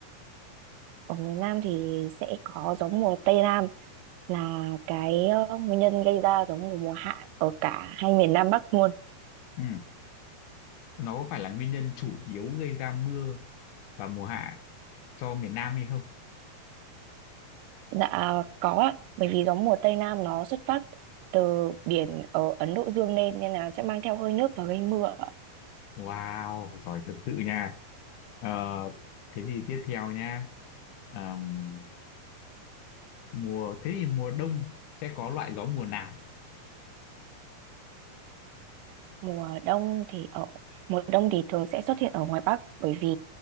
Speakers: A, on the right; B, on the left.
A: Ở miền nam thì sẽ có gió mùa tây nam là cái ờ, nguyên nhân gây ra gió mùa mùa hạ ở cả hai miền nam bắc luôn.
B: ừ. nó có phải là nguyên nhân chủ yếu gây ra mưa và mùa hạ cho miền Nam hay không
A: Dạ có ạ, bởi vì gió mùa tây nam nó xuất phát từ biển ở Ấn Độ Dương lên nên là sẽ mang theo hơi nước và gây mưa.
B: wow giỏi thật sự nha Ờ, thế thì tiếp theo nha Ờm, mùa thế thì mùa đông sẽ có loại gió mùa nào
A: mùa đông thì ở mùa đông thì thường sẽ xuất hiện ở ngoài Bắc bởi vì